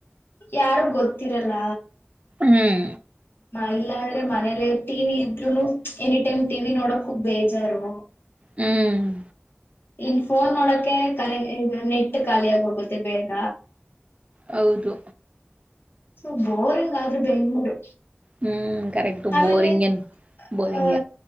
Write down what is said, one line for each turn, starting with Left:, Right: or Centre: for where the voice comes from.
Left: ಯಾರು ಗೊತ್ತಿರಲ್ಲ
Right: ಹ್ಮ್
Left: ಇಲ್ಲ ಅಂದ್ರೆ ಮನೇಲೆ ಟಿವಿ ಇದ್ರುನು ಎನಿ ಟೈಮ್ ಟಿವಿ ನೋಡಕ್ು ಬೇಜಾರು
Right: ಹ್ಮ್
Left: ಇನ್ ಫೋನ್ ನೋಡಕ ಕನೆ ನೆಟ್ ಖಾಲಿ ಆಗ ಹೋಗುತ್ತೆ ಬೇಗ
Right: ಹೌದು
Left: ಸೊ ಬೋರಿಂಗ್ ಆದ್ರೆ ಬೆಂಗ್ಳೂರು
Right: ಹ್ಮ್ ಕರೆಕ್ು
Left: ಆಮೇಲೆ
Right: ಬೋರಿಂಗ ಬೋರಿಂಗ
Left: ಆ